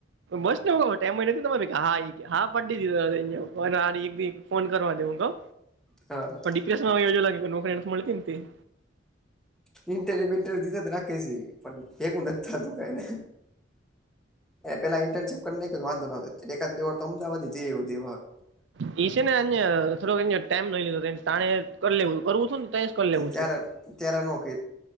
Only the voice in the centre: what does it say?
હા
ઇન્ટરવ્ય વિન્ટરવ્યુ દીધ જ રાખે છે પણ એવું નથી થતું કઈને એ પેલા ઇન્ટર્શપ કરનેં વાંધો નો એકાદ બે વાર અમદવાદ જઈવું એ
ચાર
ચાર નોક